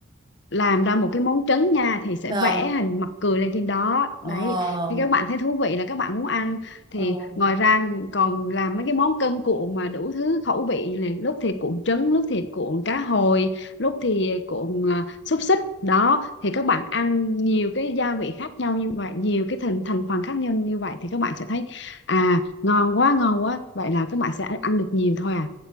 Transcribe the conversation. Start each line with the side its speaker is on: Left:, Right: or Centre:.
Left: làm ra một cái món trứng nha thì sẽ
Right: vâng.
Left: vẽ hình mặt cười lên trên đó
Right: Ờ.
Left: đấy thì các bạn thấy thú vị là các bạn muốn ăn thì
Right: Ờ.
Left: ngoài ra còn làm mấy cái món cơm cuộn mà đủ thứ khẩu vị này lúc thì cuộn trứng lúc thì cuộn cá hồi lúc thì cuộn à, xúc xích đó thì các bạn ăn nhiều cái gia vị khác nhau như vậy nhiều cái thành thành phần khác nhau như vậy thì các bạn sẽ thấy à ngon quá ngon quá vậy là các bạn sẽ ăn được nhiều thôi à